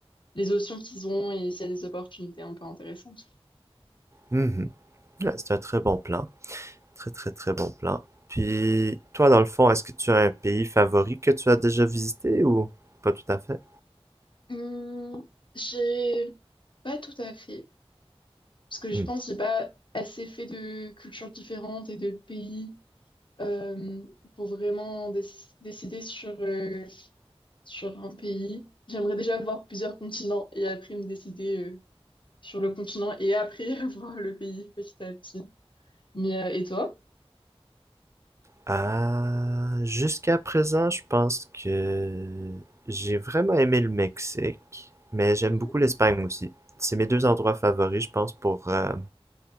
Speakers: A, on the left; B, on the right.
A: les options qu'ils ont et s'il y a des opportunités un peu intéressantes.
B: Mhm. Ouais, c'est un très bon plan. Très, très, très bon plan. Puis, toi, dans le fond, est-ce que tu as un pays favori que tu as déjà visité ou pas tout à fait?
A: Hum, j'ai pas tout à fait, parce que je
B: Hmm.
A: pense que j'ai pas assez fait de cultures différentes et de pays euh, pour vraiment déc- décider sur, euh, sur un pays. J'aimerais déjà voir plusieurs continents et après me décider euh, sur le continent et après <laughs> voir le pays petit à petit. Mais euh, et toi?
B: Ah, jusqu'à présent, je pense que j'ai vraiment aimé le Mexique, mais j'aime
A: Hmm.
B: beaucoup l'Espagne aussi. C'est mes deux endroits favoris, je pense, pour euh,